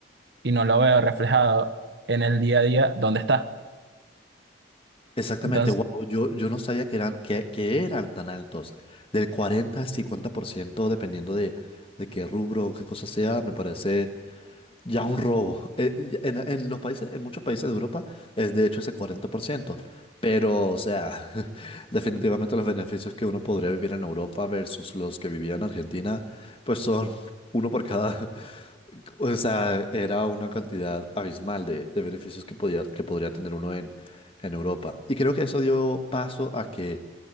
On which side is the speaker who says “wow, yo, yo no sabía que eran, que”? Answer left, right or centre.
Left